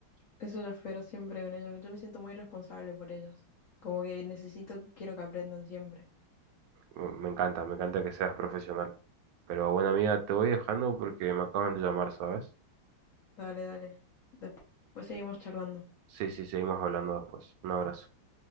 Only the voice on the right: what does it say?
me me encanta, me encanta que seas profesional. Pero bueno, amiga, te voy dejando porque me acaban de llamar, ¿sabes?
Sí, sí, seguimos hablando después. Un abrazo.